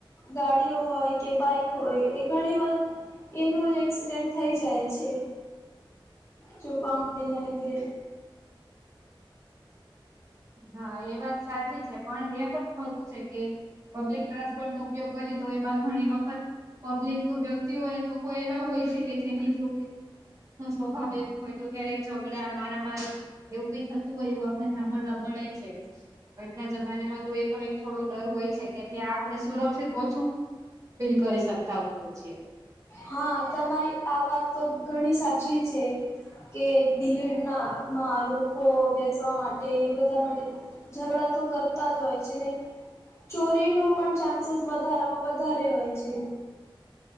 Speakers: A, on the left; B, on the right.
A: ગાડીઓ હોય કે બાઈક હોય એ ઘણી બધ એમનો જ એક્સિડેન્ટ થઈ જાય છે જો કામ તેના લીધે.
B: હા એ વાત સાચી છે પણ એ પણ ખરું છે કે. પબ્લિક ટ્રાન્સપોર્ટ નો ઉપયોગ કરી તો એ બાદ ઘણી વખત પબ્લિક વ્યક્તિઓ એ લોકો એવા હોય છે કે જેની જોડે. નૂ સ્વભાવ એક હોય તો ક્યારેક ઝઘડા મારા મારી એવું બી થતું હોય એવું આપને સાંભળવા મળે છે. આજના જમાનામાં તો એ પણ એક થોડો ડર હોય છે કે ત્યાં આપણે સુરક્ષિત ઓછું ફીરી કરી શકતા હોએ છે.
A: હા તમારી આ વાત તો ઘણી સાચી છે. કે ભીડ નામાં લોકો બેસવા માટે બધા માટે ઝઘડા તો કરતા જ હોય છેને. ચોરી નો પણ ચાન્સીસ વધારામાં વધારે હોય છે.